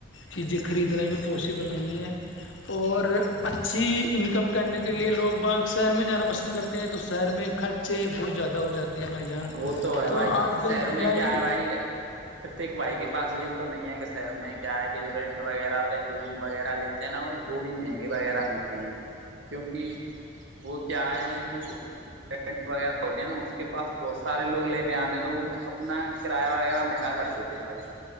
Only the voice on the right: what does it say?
وہ تو ہے بھائی
شہر
میں کیا ہے بھائی پرتیک بھائی کے پاس یہ تو نہیں ہے کہ س شہ میں کیا ہے کہ جو رینٹ وغیرہ پہ جو روم وغیرہ لیتے نا وہ وہ بھی مہنگے وغیرہ دیتے ہیں کیونکہ وہ کیا ہے جونٹ وغیرہ ہوتے ہیں نا اس کے پاس بہت سارے لوگ لینے آتے ہیں تو وہ اپنا کرایہ وغیرہ مہنگا کر دیتے ہیں بھائی